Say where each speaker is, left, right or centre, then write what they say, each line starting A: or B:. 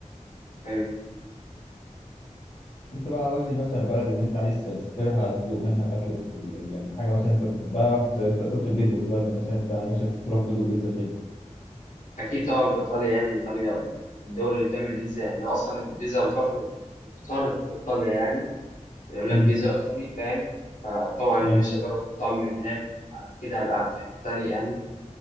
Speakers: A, on the left; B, on the left.
A: حلو
B: انت بقى قول لي مثلا البلد اللي انت عايز تسافرها تدوق منها الاكل يعني حاجه مثلا انت بتحبها زي انت قلت البيتزا دلوقتي مثلا انت نفسك تروح تدوق بيتزا فين
A: اكيد طبعا في ايطاليا يعني ايطاليا من الدول اللي بتعمل بيتزا يعني هي اصلا البيتزا بتعرف بتعرض في ايطاليا يعني يقول لك
B: امم
A: بيتزا ايطالي فاهم فطبعا نفسي
B: ايوه
A: اجرب طعم من هناك اكيد هبقى في حته تانية يعني